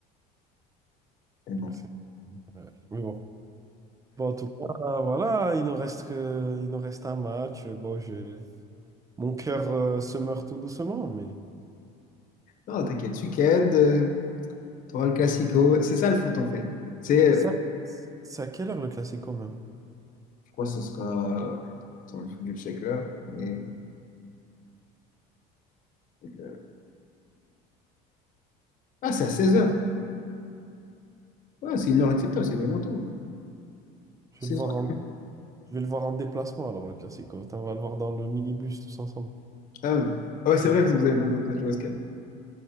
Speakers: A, on the left; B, on the right.
A: Mais bon.
B: Ouais, c'est- ouais. Mais bon. Bon, en tout cas, voilà, il nous reste que, il nous reste un match. Bon, je, Mon cœur euh, se meurt tout doucement, mais
A: Non, t'inquiète, week-end, euh, t'auras le classico. C'est ça le foot en fait. C'est, euh,
B: ça, c'est à quelle heure le classico même?
A: je crois que ce sera. Attends, il faut que je check là. Mais... euh, Ah, c'est à seize heures Ouais, c'est une heure acceptable, c'est vraiment tôt.
B: Je
A: seize
B: vais le voir
A: heures
B: en, je vais le voir en déplacement alors le classico. Attends, On va le voir dans le minibus tous ensemble.
A: Ah, ouais, Ah ouais, c'est vrai, parce que vous avez pas votre match de basket.